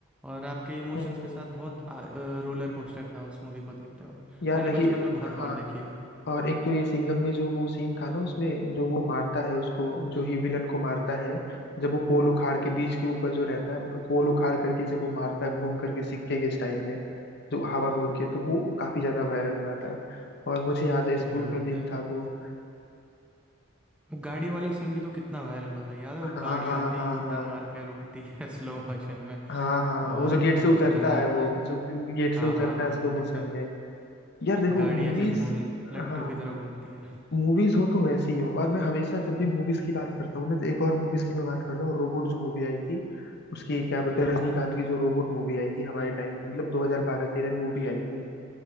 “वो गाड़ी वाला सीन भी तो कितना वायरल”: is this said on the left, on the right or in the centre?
Centre